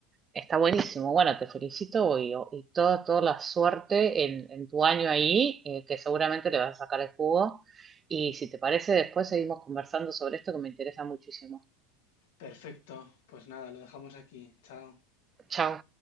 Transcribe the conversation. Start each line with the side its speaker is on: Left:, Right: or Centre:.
Right: está buenísimo. Bueno, te felicito y, o- y toda, toda la suerte en, en tu año ahí, eh, que seguramente le vas a sacar el jugo. Y si te parece, después seguimos conversando sobre esto que me interesa muchísimo.
Left: Perfecto, pues nada, lo dejamos aquí. Chao.
Right: Chao.